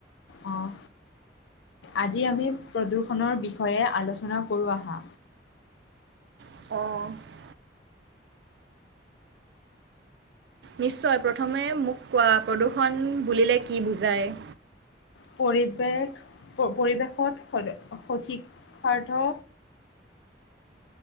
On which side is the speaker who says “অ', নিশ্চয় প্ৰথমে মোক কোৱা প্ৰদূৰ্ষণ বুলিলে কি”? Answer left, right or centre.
Right